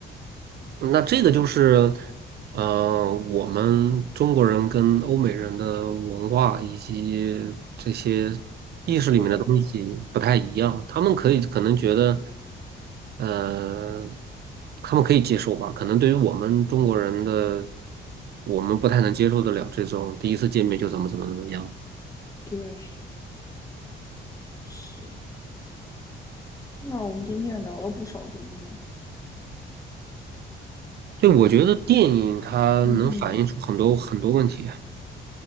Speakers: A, on the right; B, on the left.
A: 那这个就是，呃，我们中国人跟欧美人的文化以及这些意识里面的东西不太一样，
B: 对
A: 他们可以可能觉得，呃，他们可以接受吧，可能对于我们中国人的，我们不太能接受得了这种第一次见面就怎么怎么怎么样。
B: 对是。那我们今天也聊了不少电影。
A: 对，我觉得电影它能反映出很多很多问题。
B: 嗯哼，